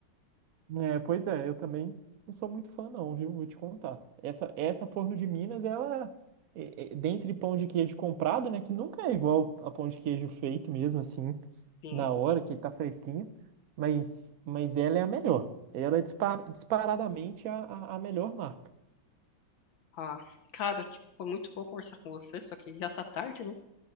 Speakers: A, on the right; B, on the left.
A: É, pois é, eu também não sou muito fã não, viu? Vou te contar. Essa, essa Forno de Minas, ela, é, é, é dentre pão de queijo comprado, né, que nunca é igual a pão de queijo feito mesmo, assim,
B: Sim.
A: na hora, que ele tá fresquinho, mas, mas ela é a melhor. Ela é dispar, disparadamente a, a, a melhor marca.
B: Ah, cara, tipo, foi muito bom conversar com você, só que já tá tarde, né?